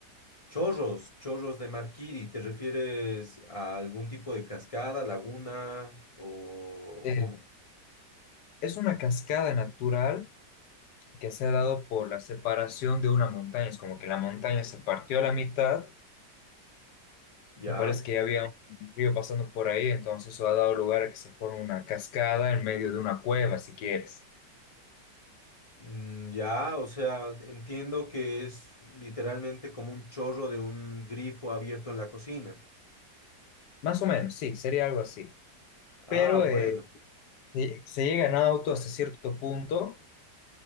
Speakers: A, on the left; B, on the left.
A: Chorros, chorros de Marquiri. ¿Te refieres a algún tipo de cascada, laguna o
B: Eh,
A: cómo?
B: es una cascada natural que se ha dado por la separación de una montaña. Es como que la montaña se partió a la mitad
A: Ya.
B: y parece que ya había un río pasando por ahí, entonces eso ha dado lugar a que se forme una cascada en medio de una cueva, si quieres.
A: Mm, ya, o sea, entiendo que es literalmente como un chorro de un grifo abierto en la cocina.
B: Más o menos, sí, sería algo así.
A: Ah,
B: Pero
A: bueno.
B: eh, se se llega en auto hasta cierto punto,